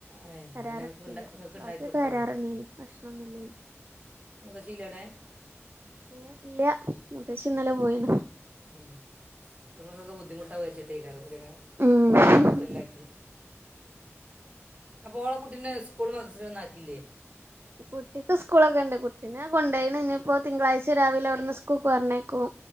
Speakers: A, on the right; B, on the right.
A: ഏ എന്നാൽ
B: കരാറെ
A: പിന്നെ നിങ്ങൾക്ക്
B: എടുത്തല്ല
A: ഉണ്ടാ നിങ്ങൾക്ക് ഉണ്ടാക്കി
B: ബാക്കിയൊക്കെ
A: കൊടുത്താൽ
B: കരാറന്നെനി
A: പോരെ
B: ഭക്ഷണന്നുല്ലനി
A: മൂത്തച്ചില്ലേവ്ടെ
B: ഇല്ല ഇല്ല്യ മൂത്തച്ചി ഇന്നലെ പോയിണ്
A: ഉം നിങ്ങൾക്കൊക്കെ ബുദ്ധിമുട്ടാകു വിചാരിച്ചിട്ടേക്കാരോലങ്ങനെ
B: ഉം
A: ഹോട്ടലാക്കി അപ്പോ ഓള കുട്ടിനെ സ്കൂൾലും മഡ്രസലൊഒന്നാക്കില്ലേ
B: കുട്ടിക്ക് സ്കൂളൊക്കെ ഉണ്ട് കുട്ടി പിന്നെ കൊണ്ടോയീണ് ഞ്ഞിപ്പോ തിങ്കളാഴ്ച രാവിലെ അവിടുന്ന് സ്കൂൾക്ക് പറഞ്ഞേക്കും